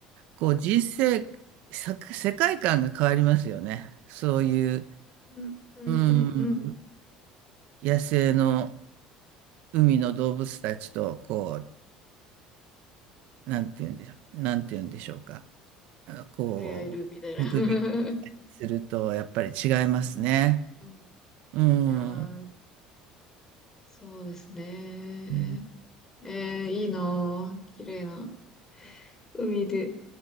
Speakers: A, on the right (about 70°); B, on the left (about 20°).
A: こう人生、さ世界観が変わりますよね。そういう、
B: うん。うん。
A: う
B: うん
A: ん、野生の海の動物たちと、こう、なんて言うんでしょう、なんて言うんでしょうか。あのこう、
B: 触れ合えるみたいな。<laughs>
A: 目撃すると、やっぱり違いますね。
B: うん
A: うん。
B: いやー
A: う
B: そうですね。
A: ん
B: えー、いいなぁ。綺麗な海で。